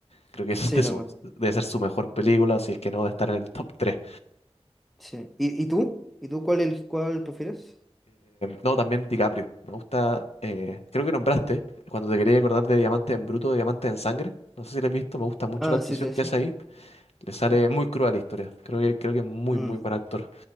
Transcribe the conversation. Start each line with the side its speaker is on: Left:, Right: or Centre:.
Left: Creo que es
Centre: sí,
Left: de su-
Centre: también.
Left: debe ser su mejor película, si es que no, de estar en el top 3.
Centre: Sí. ¿Y, y tú? ¿Y tú cuál, el, cuál prefieres?
Left: no, también DiCaprio. Me gusta, eh, creo que nombraste, cuando te quería acordar de Diamante en Bruto, Diamante en Sangre. No sé si la has visto, me gusta mucho
Centre: Ah,
Left: la actuación
Centre: sí, sí,
Left: que
Centre: sí.
Left: hace ahí. Le sale
Centre: sí.
Left: muy cruda la historia. Creo que, creo que es muy,
Centre: Mm.
Left: muy buen actor.